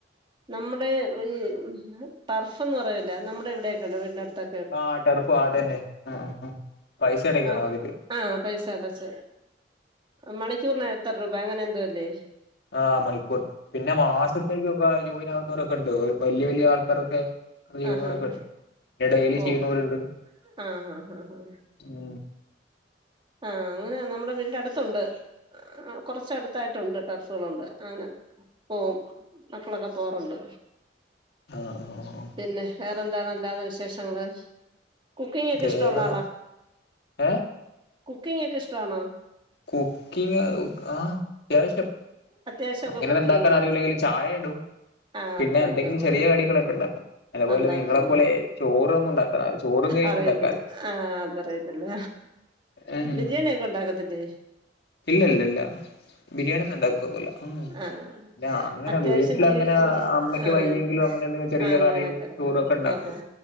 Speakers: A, on the right (about 25°); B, on the left (about 65°).
A: നമ്മുടെ ഈ ടർഫ്ന്ന് പറയല്ല നമ്മുടെ ഇവിടെയൊക്കെ ഉണ്ട് വീടിനടുത്ത്
B: ആഹ് ടർഫ് അതന്നെ ആഹ് പൈസ അടയ്ക്കണോ
A: ആഹ്
B: അതില്
A: ആഹ് പൈസ അടച്ച മണിക്കൂറിന് എത്ര രൂപ അങ്ങനെ എന്തോ ഇല്ലേ
B: ആഹ് മണിക്കൂറിന് പിന്നെ മാസത്തേക്കൊക്കെ ജോയിൻ ആക്കുന്നവരൊക്കെ ഉണ്ട് വലിയ വലിയ ആൾക്കാരൊക്കെ കളിക്കുന്നോരൊക്കെണ്ട്
A: ആഹ് ആഹ്
B: പിന്നെ എടല്യി
A: ഓഹ്
B: ചെയ്യുന്നോര്ണ്ട്
A: ആഹ് ആഹ് ആഹ്
B: ഉം
A: ആഹ് അങ്ങനെ നമ്മുടെ വീടിന്റെ അടുത്തുണ്ട് കൊറച്ചടുത്തായിട്ടുണ്ട് ടെർഫുകളുണ്ട് അങ്ങനെ പോവും മക്കളൊക്കെ പോവാറുണ്ട്
B: ആഹ് ആഹ് ആഹ്
A: പിന്നെ വേറെ എന്താണല്ലാത വിശേഷങ്ങള് കുക്കിംഗ് ഒക്കെ
B: കേറാണ്
A: ഇഷ്ടമുള്ള
B: ഏഹ്
A: കുക്കിംങ് ഒക്കെ ഇഷ്ടവാണോ
B: കുക്കിങ് ആഹ് അത്യാവശ്യം
A: അത്യാവശ്യമൊക്കെ
B: അങ്ങനൊന്നും
A: കുക്ക്
B: ഉണ്ടാക്കാൻ
A: ചെയ്യോ
B: അറിയില്ലെങ്കിലും ചായ ഇടും
A: ആഹ്
B: പിന്നെ
A: അത്രയൊക്കെ
B: എന്തെങ്കിലും
A: ഉള്ളൂ
B: ചെറിയ കടികളൊക്കെ ഉണ്ടാക്കും അതുപോലെ
A: ഉണ്ടാക്കുവല്ലേ
B: നിങ്ങളെപ്പോലെ ചോറൊന്നും ഉണ്ടാക്കാന ചോറും കയ്യുന്ന
A: അറിയത്തില്ല
B: ഉണ്ടാക്കും
A: ആഹ് അതറിയത്തില്ല
B: ഉം
A: ബിരിയാണി ഒക്കെ ഉണ്ടാക്കത്തില്ലേ
B: ഇല്ല ഇല്ല ഇല്ല ഇല്ല ബിരിയാണി ഒന്നും ഇണ്ടാക്കോന്നൂല്ല ഉം
A: ആഹ്
B: പിന്നെ അങ്ങനെ
A: അത്യാവശ്യം
B: വീട്ടില
A: ജീ
B: അങ്ങനെ
A: ജി
B: അമ്മയ്ക്ക്
A: ആഹ്
B: വയ്യെങ്കിലും ഇങ്ങനന്തെങ്കും ചെറിയ
A: അങ്ങനെയൊക്കെ
B: കറിയും ചോറും ഒക്കെ ഉണ്ടാക്കും
A: ഓഹോ